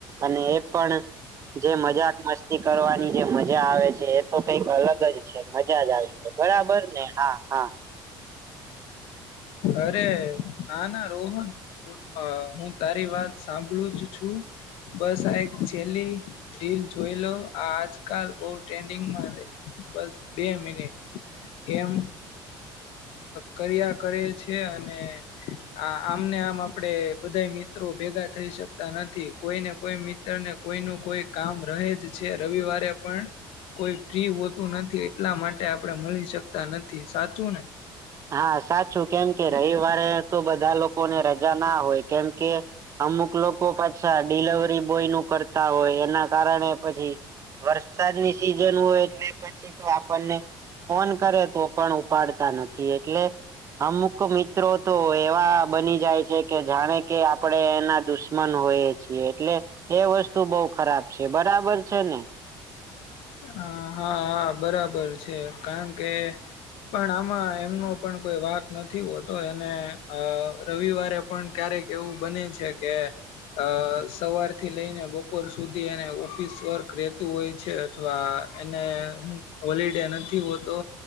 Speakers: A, on the right; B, on the left.
A: અને એ પણ જે મજાક મસ્તી કરવાની જે મજા આવે છે એ તો કઈક અલગ જ છે મજા જ આવે છે બરાબર ને હા હા
B: અરે ના ના રોહન અ હું તારી વાત સાંભળું જ છું બસ આ એક છેલ્લી રીલ જોઈ લો આ આજકાલ બહુ ટ્રેન્ડિંગમાં રે બસ બે મિનિટ એમ કર્યા કરે છે અને આ આમ ને આમ આપડે બધા મિત્રો ભેગા થઈ શકતા નથી કોઈ ને કોઈ મિત્ર કોઈ ન કોઈ કામ રહે જ છે રવિવારે પણ કોઈ ફ્રી હોતું નથી એટલા માટે આપડે મળી શકતા નથી સાચું ને
A: હા સાચું કેમ કે રવિવારે તો બધા લોકોને રજા ના હોય કેમ કે અમુક લોકો પાછા ડીલવરી બોય નું કરતા હોય એના કારણે પછી વરસાદની સિઝન હોય એટલે પછી તો આપણને ફોન કરે તો પણ ઉપાડતા નથી એટલે અમુક મિત્રો તો એવા બની જાય છે કે જાણે કે આપડે એના દુશ્મન હોય એટલે એ વસ્તુ બહ ખરાબ છે બરાબર છે ને
B: આ હા આ બરાબર છે કારણ કે પણ આમાં એમનો પણ કોઈ વાક નથી હોતો એને અ રવિવારે પણ ક્યારેક એવું બને છે કે અ સવાર થી લઈને બપોર સુધી એને ઉ ઓફિસ વર્ક રેતું હોય છે અથવા એને હોલીડે નથી હોતો.